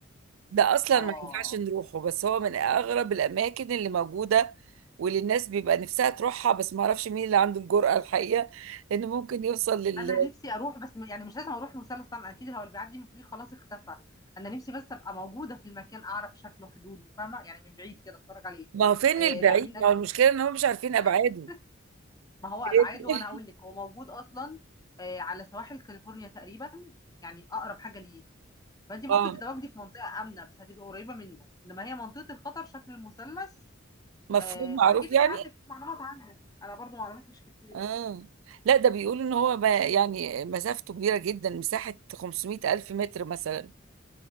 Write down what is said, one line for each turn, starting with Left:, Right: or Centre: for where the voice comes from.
Right: ده اصلا
Left: اه
Right: ما ينفعش نروحه بس هو من اغرب الاماكن اللي موجوده واللي الناس بيبقى نفسها تروحها بس ما اعرفش مين اللي عنده الجرأة الحقيقه لانه ممكن يوصل لل
Left: انا نفسي اروح بس م- يعني مش لازم اروح مثلث طبعا اكيد هو اللي بيعدي من فوقيه خلاص اختفى انا نفسي بس ابقى موجوده في المكان اعرف شكله حدوده فاهمه يعني من بعيد كده اتفرج عليه
Right: ما هو فين
Left: آه
Right: البعيد
Left: لا مين
Right: ما
Left: قال
Right: هو
Left: لك
Right: المشكله ان هم مش عارفين ابعاده
Left: <laughs> ما هو
Right: <laughs>
Left: ابعاده انا هقول لك هو موجود اصلا آه على سواحل كاليفورنيا تقريبا يعني اقرب حاجه ليه فانت ممكن
Right: اه
Left: تتواجدي في منطقه امنه بس هتبقي قريبه منه انما هي منطقه الخطر شكل المثلث
Right: مفهوم
Left: آه
Right: معروف
Left: واكيد
Right: يعني
Left: انت عندك معلومات عنه انا برضو معلوماتي مش كتير
Right: اه
Left: قوي
Right: لا ده بيقولوا ان هو ما يعني مسافته كبيره جدا مساحه 500 الف متر مثلا